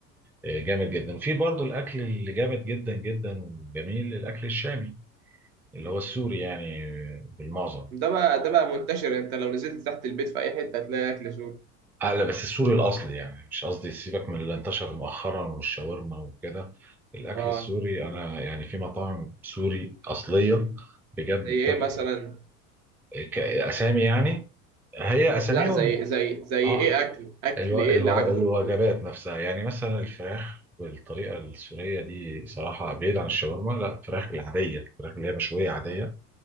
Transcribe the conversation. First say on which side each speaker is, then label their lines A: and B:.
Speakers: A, in the centre; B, on the right.
A: جامد جدا وفي برضو الاكل اللي جامد جدا جدا وجميل الاكل الشامي اللي هو السوري يعني بالمعظم
B: ده بقى ده بقى منتشر انت لو نزلت تحت البيت في اي حته هتلاقي اكل سوري
A: آه، لا بس السوري الأصلي يعني مش قصدي سيبك من اللي انتشر مؤخرا والشاورما وكده الأكل
B: اه
A: السوري أنا يعني في مطاعم سوري أصلية بجد
B: زي
A: بتاكل
B: ايه مثلا
A: ك- أسامي يعني هي أساميهم
B: لا زي زي زي
A: آه
B: ايه اكل اكل
A: الو...
B: ايه
A: الو...
B: اللي عجبك
A: الوجبات
B: كده
A: نفسها يعني مثلا الفراخ بالطريقة السورية دي صراحة بعيد عن الشاورما لا الفراخ العادية الفراخ اللي هي مشوية عادية